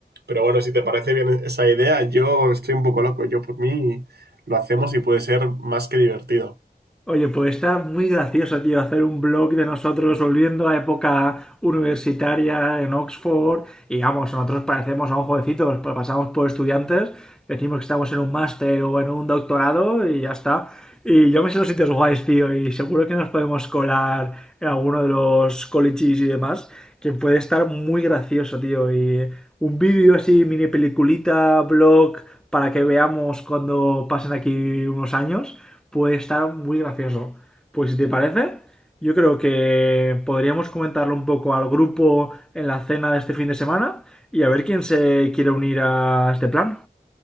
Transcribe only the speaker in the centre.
Oye, pues está muy gracioso, tío, hacer un blog de nosotros volviendo a época universitaria en Oxford. Y vamos, nosotros parecemos a un jovencitos, pues pues, pasamos por estudiantes, decimos que estamos en un máster o en un doctorado y ya está. Y yo me sé los sitios guays, tío, y seguro que nos podemos colar en alguno de los colleges y demás, que puede estar muy gracioso, tío. Y un vídeo así, mini peliculita, blog, para que veamos cuando pasen aquí unos años pues está muy gracioso. Pues si te parece, yo creo que podríamos comentarlo un poco al grupo en la cena de este fin de semana y a ver quién se quiere unir a este plan.